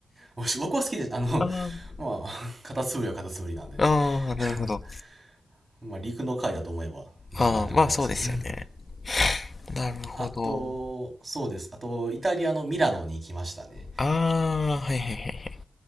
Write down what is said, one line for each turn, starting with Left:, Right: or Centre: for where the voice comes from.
Right: おし僕は好きで、あの、<laughs>
Left: あー
Right: まあ、カタツムリはカタツムリなんでね。
Left: ああ、なるほど。
Right: <laughs> まあ、陸の貝だと思えば、なん、
Left: ああ、
Right: なんてことないですよね。
Left: まあそうですよね。
Right: <laughs>
Left: なるほど。
Right: あと、そうです。あと、イタリアのミラノに行きましたね。
Left: ああ、はいはいはいはい。